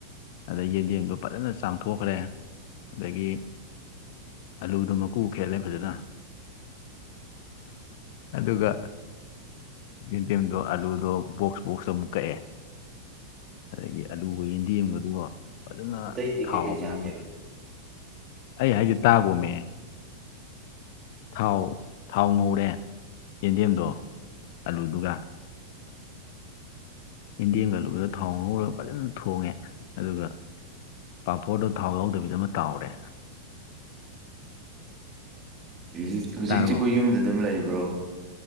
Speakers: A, on the left; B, on the right.
A: ꯑꯗꯩ ꯌꯦꯟꯗꯦꯝꯗꯣ ꯐꯖꯅ ꯆꯥꯝ ꯊꯣꯛꯈ꯭ꯔꯦ ꯑꯗꯒꯤ ꯑꯂꯨꯗꯨ ꯃꯀꯨ ꯈꯦꯠꯂꯦ ꯐꯖꯅ ꯑꯗꯨꯒ ꯌꯦꯟꯗꯦꯝꯗꯣ ꯑꯥꯂꯨꯗꯣ ꯕꯣꯛꯁ ꯕꯣꯛꯁ ꯑꯃꯨꯛ ꯀꯛꯑꯦ ꯑꯗꯒꯤ ꯑꯂꯨꯒ ꯌꯦꯟꯗꯦꯝꯕꯗꯣ ꯐꯖꯅ
B: ꯑꯇꯩꯗꯤ
A: ꯊꯥꯎ
B: ꯀꯩꯀꯩ ꯆꯥꯒꯦ
A: ꯉꯧꯔꯦ꯫ ꯑꯩ ꯍꯥꯏꯖꯦ ꯇꯥꯒꯣꯃꯦ ꯊꯥꯎ ꯊꯥꯎ ꯉꯧꯔꯦ ꯌꯦꯟꯗꯦꯝꯗꯣ ꯑꯂꯨꯗꯨꯒ ꯌꯦꯟꯗꫭꯝꯒ ꯑꯂꯨꯒꯗꫭ ꯊꯥꯎ ꯉꯧꯔꯒ ꯐꯖꯅ ꯊꯣꯡꯉꯦ ꯑꯗꯨꯒ ꯄꯥꯐꯣꯔꯗꯣ ꯊꯥꯎ ꯌꯥꯎꯗꯕꯤꯗ ꯑꯃ ꯇꯥꯎꯔꯦ
B: ꯖꯤꯛ ꯍꯧꯖꯤꯛꯁꯤꯕꯨ
A: ꯇꯥꯔꯕꯣ
B: ꯌꯨꯝꯗ ꯑꯗꯨꯝ ꯂꯩꯕ꯭ꯔꯣ